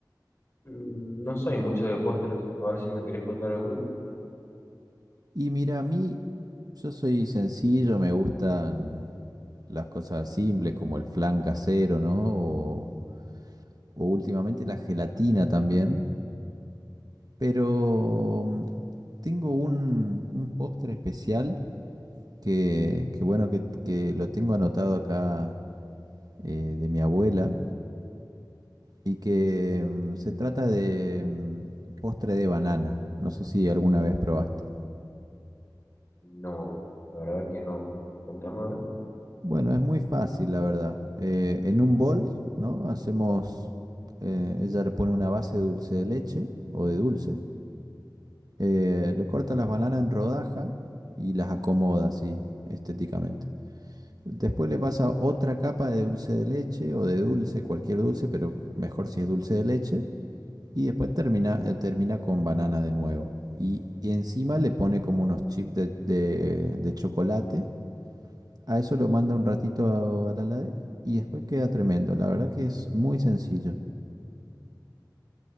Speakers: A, on the left; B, on the right.
A: Mm, No soy mucho de postres. A ver si me querés contar alguno.
B: Y mira, a mí, yo soy sencillo, me gustan las cosas simples como el flan casero, ¿no? O, o últimamente la gelatina también. Pero mm, tengo un, un postre especial que, que bueno, que, que lo tengo anotado acá eh, de mi abuela y que mm, se trata de mm, postre de banana. No sé si alguna vez probaste.
A: No, la verdad que no. Contame a ver.
B: Bueno, es muy fácil, la verdad. Eh, en un bol, ¿no? Hacemos, eh, ella le pone una base de dulce de leche o de dulce, eh, le corta las bananas en rodaja y las acomoda así estéticamente. Después le pasa otra capa de dulce de leche o de dulce, cualquier dulce, pero mejor si es dulce de leche. Y después termina, eh, termina con banana de nuevo. Y, y encima le pone como unos chips de, de de chocolate a eso lo manda un ratito a, a la heladera y después queda tremendo. La verdad que es muy sencillo.